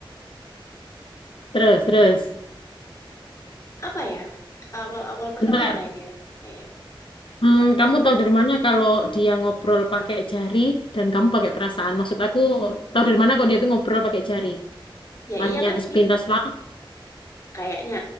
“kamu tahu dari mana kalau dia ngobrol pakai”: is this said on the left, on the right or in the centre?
Left